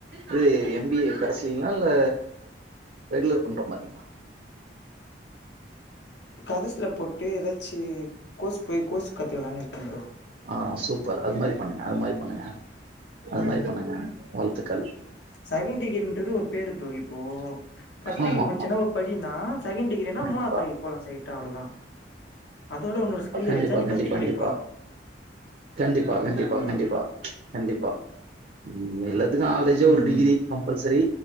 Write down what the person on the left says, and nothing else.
கரஸ்ல போட்டு எதாச்சி கோர்ஸ் போய் கோர்ஸ் கத்துக்கலான் இருக்க ப்ரோ
ம்
செகண்ட் டிகிரின்றது ஒரு பேரு ப்ரோ இப்போ ஃபஸ்ட் டிகிரி
முட்ச்சன்னா ஒரு படினா செகண்ட் டிகிரினா
மூணாத் படிக் போலா ஸ்டெய்ட்டா அவ்ளோ தா அதோட உன்னோர் ஸ்கில்லு
வெச்சா நீ
ஃபஸ்ட் படிக்
போலா
அவ்ளோதா
ப்ரோ
ம்
ம்